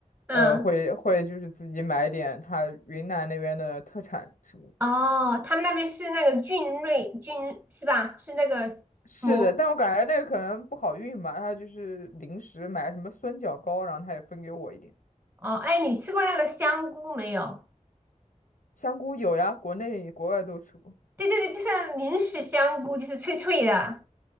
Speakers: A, on the right; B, on the left.
A: 嗯，
B: 呃，会会就是自己买点他云南那边的特产什么。
A: 哦，他们那边是那个菌类菌是吧？是那个蘑
B: 是的，但我感觉那个可能不好运吧，他就是临时买什么酸角糕，然后他也分给我一点。
A: 哦，哎，你吃过那个香菇没有？
B: 香菇有呀，国内国外都吃过。
A: 对对对，就是零食香菇，就是脆脆的。